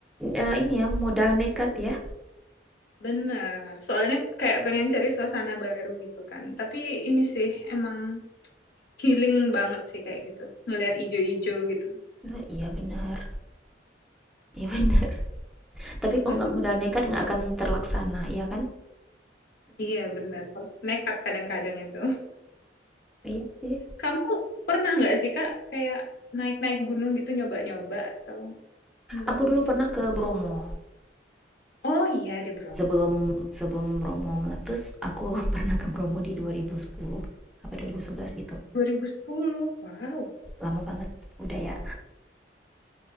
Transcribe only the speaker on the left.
Benar, soalnya kayak pengen cari suasana baru gitu kan. Tapi ini sih emang healing banget sih kayak gitu. Ngelihat ijo-ijo gitu.
Hmm.
<laughs>
Iya benar, harus nekat kadang-kadang itu.
Kamu pernah nggak sih Kak kayak naik-naik gunung gitu nyoba-nyoba atau nggak
hobi
juga?
Oh iya di Bromo.
2010. Wow.